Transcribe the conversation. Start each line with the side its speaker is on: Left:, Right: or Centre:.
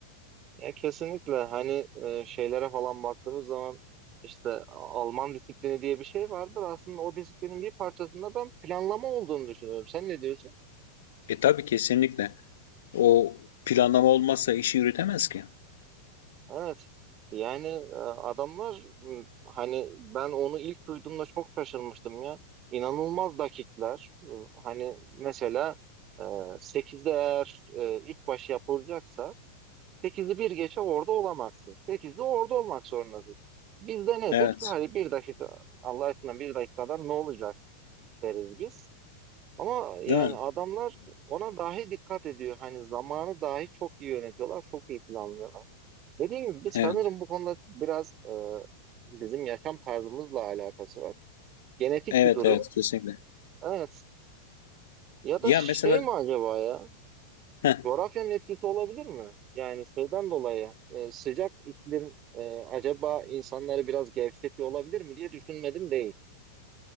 Right: Ya kesinlikle hani e, şeylere falan baktığımız zaman işte Alman disiplini diye bir şey vardır. Aslında o disiplinin bir parçasında ben planlama olduğunu düşünüyorum. Sen ne diyorsun?
Left: E tabii kesinlikle. O planlama olmazsa işi yürütemez ki.
Right: Evet. Yani e, adamlar m, hani ben onu ilk duyduğumda çok şaşırmıştım ya. İnanılmaz dakikler. E, Hani mesela e, 8'de eğer e, ilk başı yapılacaksa 8'i bir geçe orada olamazsın. 8'de orada olmak zorundasın. Bizde nedir?
Left: Evet.
Right: Hani bir dakika Allah aşkına bir dakikadan ne olacak deriz biz. Ama yani
Left: Değil mi?
Right: adamlar ona dahi dikkat ediyor. Hani zamanı dahi çok iyi yönetiyorlar, çok iyi planlıyorlar. Dediğim gibi biz sanırım
Left: Evet.
Right: bu konuda biraz e, bizim yaşam tarzımızla alakası var. Genetik
Left: Evet
Right: bir durum.
Left: evet kesinlikle.
Right: Evet. Ya
Left: Ya
Right: da şey
Left: mesela
Right: mi acaba ya?
Left: heh,
Right: Coğrafyanın etkisi olabilir mi? Yani şeyden dolayı e, sıcak iklim e, acaba insanları biraz gevşetiyor olabilir mi diye düşünmedim değil.